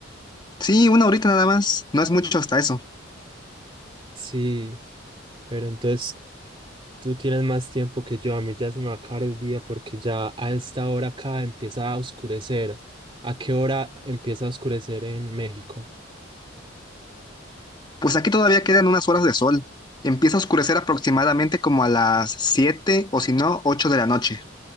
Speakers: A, on the left (about 20°); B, on the right (about 30°).
A: Sí, una horita nada más, no es mucho hasta eso.
B: Sí, pero entonces tú tienes más tiempo que yo. A mí ya se me va a acabar el día porque ya a esta hora acá empieza a oscurecer. ¿A qué hora empieza a oscurecer en México?
A: Pues aquí todavía quedan unas horas de sol. Empieza a oscurecer aproximadamente como a las 7 o si no, 8 de la noche.